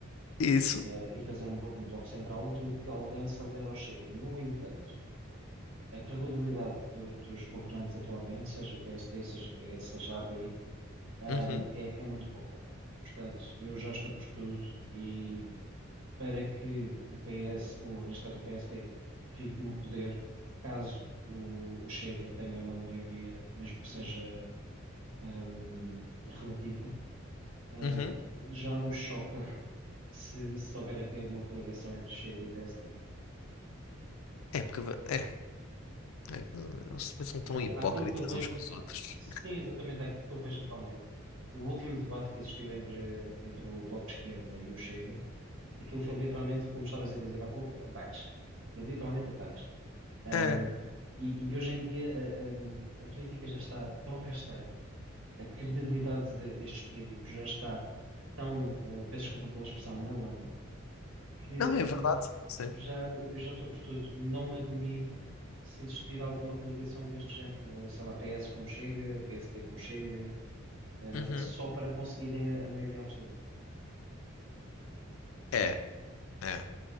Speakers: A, on the left (about 90°); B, on the right (about 70°).
A: Isso.
B: eh, e fazer um, blo- um bloco central do que alguém se aliar ao Chega. No entanto, a credibilidade do- dos governantes atualmente, seja PSD, seja PS, seja AD, ehm,
A: Uhum,
B: é, é muito pouca. Portanto, eu já estou por tudo e para que o PS, ou neste caso o PSD, fique no poder, caso o, o Chega tenha uma maioria, mesmo que seja hum, relativa. Ah,
A: uhum.
B: já não me choca se, se houver aqui uma coligação entre Chega e PSD.
A: É, porque é, é, eles também são tão
B: Aqui-
A: hipócritas
B: Aquilo que eu vejo,
A: uns com os
B: ah,
A: outros.
B: sim, exatamente aquilo que eu vejo atualmente. O último debate que existiu entre, entre o Bloco de Esquerda e o Chega, aquilo foi literalmente, como estavas a dizer há pouco, ataques. Foi literalmente ataques. Hum,
A: É,
B: e, e hoje em dia a, hum, a política já está tão rasteira, a credibilidade de- destes políticos já está tão, eh, peço desculpa pela expressão, na lama que
A: não, é verdade. Sim.
B: já, eu, eu já estou por tudo. Não me admiro se existir alguma coligação deste género. Eh, sei lá, PS com o Chega, PSD com o Chega, eh,
A: Uhum.
B: só para conseguirem a, a maioria absoluta.
A: É, é.